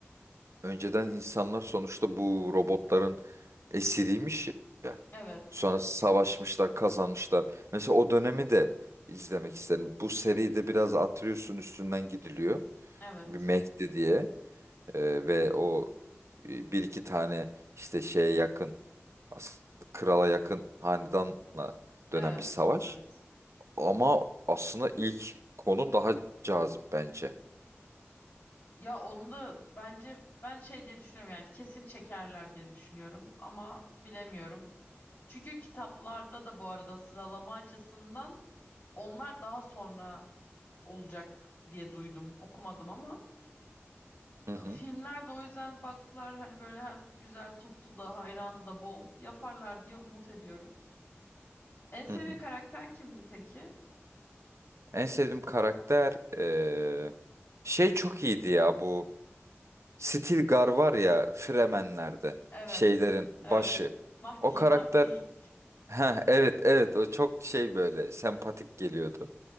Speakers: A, on the right (about 80°); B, on the left (about 60°).
A: Önceden insanlar sonuçta bu robotların esiriymiş ya.
B: Evet.
A: Sonra savaşmışlar, kazanmışlar. Mesela o dönemi de izlemek isterim. Bu seride biraz atlıyorsun üstünden gidiliyor.
B: Evet.
A: Bir Mehdi diye Ee, ve o e, bir iki tane işte şeye yakın aslında krala yakın hanedanla dönen
B: Evet.
A: bir savaş.
B: Evet.
A: Ama aslında ilk konu daha cazip bence.
B: Ya onu da bence ben şey diye düşünüyorum yani kesin çekerler diye düşünüyorum ama bilemiyorum. Çünkü kitaplarda da bu arada sıralama açısından onlar daha sonra olacak diye duydum. Okumadım ama
A: Hı hı.
B: Filmler de o yüzden baktılar hani böyle hem güzel tuttu da hayranı da bol yaparlar diye umut ediyorum. En sevdiğin
A: Hı hı.
B: karakter kimdi peki?
A: En sevdiğim karakter eee, şey çok iyiydi ya bu Stilgar var ya Fremenler'de
B: Evet.
A: şeylerin başı.
B: Evet. Mahdi,
A: O karakter
B: Mahdi.
A: ha evet evet o çok şey böyle sempatik geliyordu.